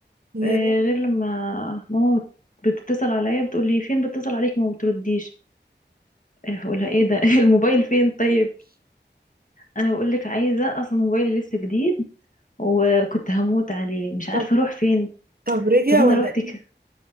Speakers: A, on the right; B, on the left.
A: يا
B: آه،
A: لهوي.
B: غير لما ماما بتتصل عليا بتقول لي فين بتتصل عليك ما بترديش إيه، بقولها ايه ده <laughs> الموبايل فين طيب انا بقول لك عايزه اصلا موبايلي لسه جديد وكنت هموت عليه مش عارفه
A: طب
B: اروح فين
A: طب رجع
B: طب انا
A: ولا
B: رحت
A: ايه
B: ك...